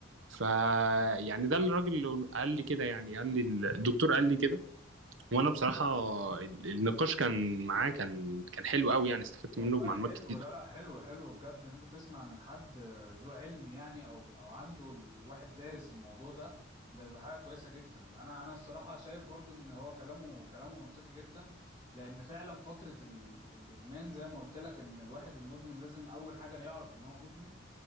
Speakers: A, on the right (about 70°); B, on the right (about 20°).
A: ف يعني ده الراجل اللي قال لي كده يعني قال لي الدكتور قال لي كده وانا بصراحه ال- النقاش كان معاه كان كان حلو قوي يعني استفدت
B: والله
A: منه بمعلومات
B: حلو
A: كتير
B: لا لا حلو حلو بجد ان انت تسمع من حد آه، ذو علم يعني او او عنده ال- واحد دارس الموضوع ده ده بيبقى حاجه كويسه جدا انا انا الصراحه شايف برضو ان هو كلامه كلامه منطقي جدا لان فعلا فتره ال... الادمان زي ما قلت لك ان الواحد المدمن لازم اول حاجه يعرف ان هو مدمن